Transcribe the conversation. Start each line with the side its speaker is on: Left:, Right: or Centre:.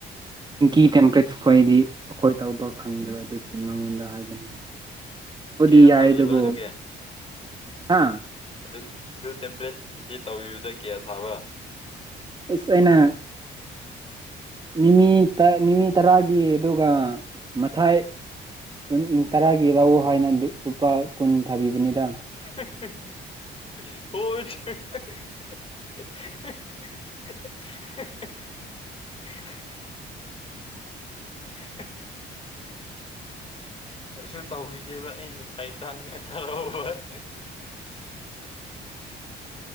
Right: ꯄꯤꯡꯀꯤ ꯇꯦꯝꯄ꯭ꯂꯦꯠꯁ ꯈꯣꯏꯗꯤ ꯑꯩꯈꯣꯏ ꯇꯧꯕ ꯈꯪꯗꯕ ꯑꯗꯨꯒꯤ ꯃꯪꯉꯣꯟꯗ ꯍꯥꯏꯕꯅꯤꯗ
Left: ꯀꯌꯥ
Right: <unintelligible> ꯌꯥꯏꯗꯒꯣ
Left: ꯊꯥꯕꯤꯕ ꯑꯗꯨꯒꯤ
Right: ꯍꯥ
Left: ꯑꯗꯨ ꯑꯗꯨ ꯇꯦꯝꯄ꯭ꯂꯦꯠ ꯏꯗꯤꯠ ꯇꯧꯕꯤꯕꯗ ꯀꯌꯥ ꯊꯥꯕ
Right: ꯑꯩꯁ ꯑꯩꯅ ꯃꯤꯃꯤ ꯃꯤꯃꯤ ꯇꯔꯥꯒꯤ ꯑꯗꯨꯒ ꯃꯊꯥꯏ ꯀꯨꯟ ꯇꯔꯥꯒꯤ ꯂꯧ ꯍꯥꯏꯅ ꯂꯨꯄꯥ ꯀꯨꯟ ꯊꯥꯕꯤꯕꯅꯤꯗ
Left: <unintelligible> <unintelligible> <unintelligible> ꯑꯩꯁꯨ ꯇꯧꯕꯤꯒꯦꯕ ꯑꯩ ꯃꯤꯊꯥꯏ ꯆꯥꯅꯤꯡꯉꯥꯏ ꯊꯥꯔꯛꯎꯕ <inaudible>